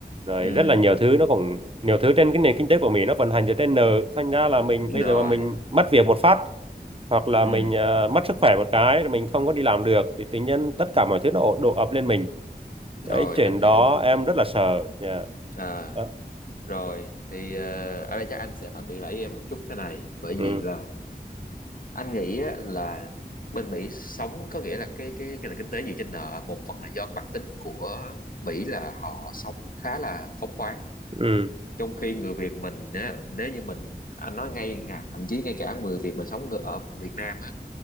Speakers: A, on the right (about 35°); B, on the left (about 55°).
A: rồi
B: ừ
A: rất là nhiều thứ nó cũng nhiều thứ trên cái nền kinh tế của mình nó vận hành dựa trên nợ thành ra là mình
B: rồi
A: bây giờ mà mình mất việc một phát hoặc là
B: ừ
A: mình ờ, mất sức khỏe một cái rồi mình không có đi làm được thì tự nhiên tất cả mọi thứ nó đổ, đổ ập lên mình cái
B: rồi
A: chuyện
B: anh hiểu
A: đó em rất là sợ nha
B: à
A: Đó.
B: rồi thì ờ, ở đây chắc anh sẽ phản biện lại với em một chút thế này bởi vì
A: ừ
B: là anh nghĩ á, là bên Mỹ sống có nghĩa là cái cái cái nền kinh tế dựa trên nợ một phần là do cái bản tính của Mỹ là họ sống khá là phóng khoáng
A: ừ
B: trong khi người Việt mình á, nếu như mình anh nói ngay thậm chí ngay cả người Việt mình sống ở Việt Nam á